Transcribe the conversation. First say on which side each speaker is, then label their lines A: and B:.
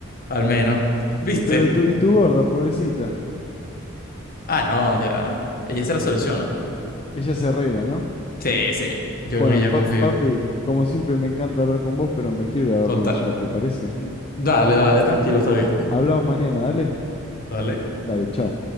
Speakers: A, on the left (about 45°); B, on the left (about 30°).
A: Al menos. <laughs> ¿Viste?
B: Y pero tú y tu gorda, pobrecita.
A: Ah, no, ya. Ella se la soluciona.
B: Ella se arregla, ¿no?
A: Sí, sí. Yo
B: Bueno,
A: en ella
B: pa-
A: confío.
B: papi, como siempre me encanta hablar con vos, pero me quiero ir a dormir
A: Total.
B: ya, ¿te parece?
A: Dale, dale, tranquilo, está bien.
B: Hablamos mañana, dale.
A: Dale.
B: Dale, chao.